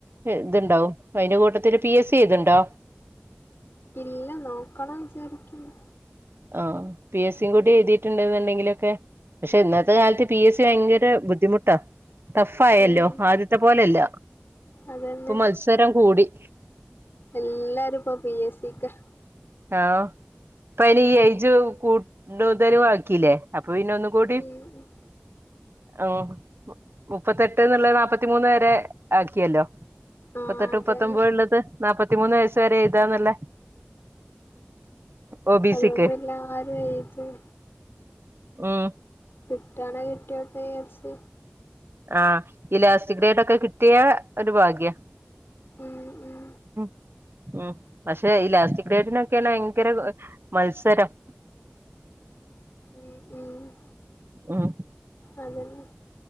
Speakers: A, on the right; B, on the left.
A: ഇത്ണ്ടാവും അയ്ന്റെ കൂട്ടത്തില് പി എസ് സി എയ്ത്ണ്ടോ?
B: ഇല്ല നോക്കണം വിചാരിക്കുന്നു.
A: ആഹ് പി എസി സി കൂടി എഴ്തീട്ട്ണ്ട് ന്ന്ണ്ടങ്കിലൊക്കെ. പക്ഷെ ഇന്നത്തെ കാലത്ത് പി എസ് സി ഭയങ്കര ബുദ്ധിമുട്ടാ ടഫായല്ലൊ
B: ഉം
A: ആദ്യത്തെ പോലല്ല
B: അതന്നെ
A: ഇപ്പം മത്സരം കൂടി
B: എല്ലാരും ഇപ്പൊ പിഎസ് സി ക്ക
A: ആഹ് ഇപ്പയ്ന് ഈ ഏജ് കൂടുതലു ആക്കില്ലേ അപ്പൊ പിന്നെ ഒന്നും കൂടി
B: ഉം ഉം
A: ഓഹ് മുപ്പത്തെട്ട്ന്നുള്ള നാപ്പത്തി മൂന്ന് വരെ ആക്കിയല്ലൊ മുപ്പത്തെട്ട്
B: ആഹ് അതന്നെ
A: മുപ്പത്തൊമ്പത് വരെ ഒള്ളത് നാപ്പത്തിമൂന്ന് വയസ് വരെ എയ്താന്നല്ലേ ഒ ബി
B: അതാവമ്പം
A: സിക്ക്
B: എല്ലാരും എയ്തും
A: ഉം
B: കിട്ടാണെ കിട്ടിയോട്ടെച്ച്
A: ആഹ് ഈ ലാസ്റ്റിഗ്രേഡെക്കെ കിട്ടിയ ഒരു ഭാഗ്യ
B: ഉം ഉം
A: ഉം ഉം പക്ഷെ ഈ ലാസ്റ്റ് ഗ്രേഡിനൊക്കെയ ഭയങ്കര മത്സരം
B: മ് മ്
A: ഉം
B: അതെന്നെ